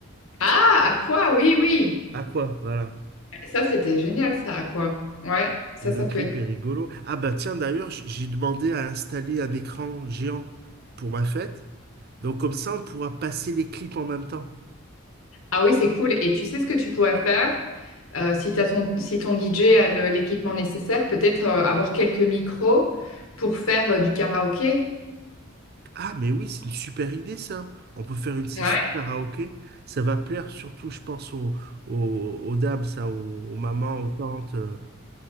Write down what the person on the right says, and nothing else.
À quoi? Voilà.
Et le
clip
est rigolo. Ah bah tiens, d'ailleurs, j- j'ai demandé à installer un écran géant pour ma fête. Donc comme ça, on pourra passer les clips en même temps.
Ah mais oui, c'est une super idée ça. On peut faire une session
karaoké. Ça va plaire surtout, je pense, aux, aux, aux dames, ça, aux, aux mamans, aux tantes. euh,